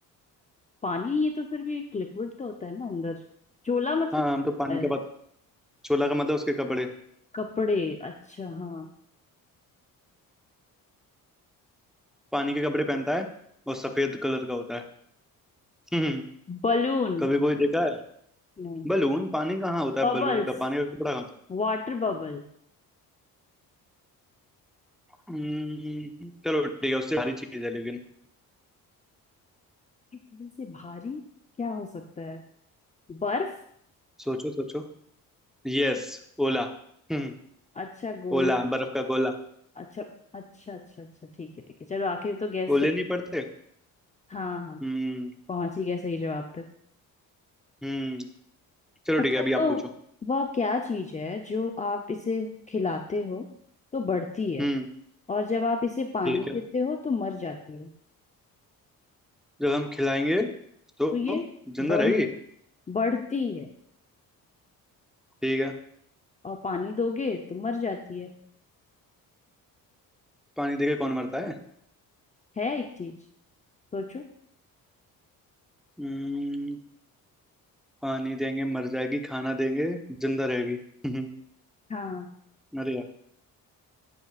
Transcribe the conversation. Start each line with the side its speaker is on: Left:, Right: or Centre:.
Left: पानी ये तो फिर भी एक लिक्विड तो होता है ना अंदर चोला मतलब
Centre: हाँ
Left: क्या
Centre: हम तो पानी
Left: होता
Centre: का
Left: है?
Centre: बात चोला का मतलब उसके कपड़े
Left: कपड़े अच्छा हाँ
Centre: पानी के कपड़े पहनता है और सफेद कलर का होता है हम्म हम्म,
Left: बलून
Centre: कभी कोई देखा है
Left: नहीं
Centre: बलून पानी कहाँ होता है
Left: बबल्स
Centre: बलून का पानी का कपड़ा कहाँ होता
Left: Water bubble
Centre: है हम्म, चलो ठीक है उससे भारी चीज है लेकिन
Left: बबल से भारी क्या हो सकता है बर्फ
Centre: सोचो सोचो यस ओला हम्म
Left: अच्छा गोल
Centre: ओला बर्फ का गोला
Left: अच्छा अच्छा अच्छा अच्छा ठीक है ठीक है चलो आखिर तो गैस
Centre: ओले
Left: कर
Centre: नहीं पड़ते
Left: हाँ हाँ
Centre: हम्म
Left: पहुंच ही गया सही जवाब तक
Centre: हम्म चलो
Left: अच्छा
Centre: ठीक है अभी
Left: तो
Centre: आप पूछो
Left: वह क्या चीज है जो आप इसे खिलाते हो तो बढ़ती है
Centre: हम्म
Left: और जब आप इसे पानी
Centre: ठीक है
Left: देते हो तो मर जाती है
Centre: जब हम खिलाएंगे तो
Left: तो ये
Centre: जिंदा
Left: बढ़
Centre: रहेगी
Left: बढ़ती है
Centre: ठीक है
Left: और पानी दोगे तो मर जाती है
Centre: पानी देके कौन मरता है
Left: है एक चीज सोचो
Centre: हम्म पानी देंगे मर जाएगी खाना देंगे जिंदा रहेगी <laughs>
Left: हाँ
Centre: अरे यार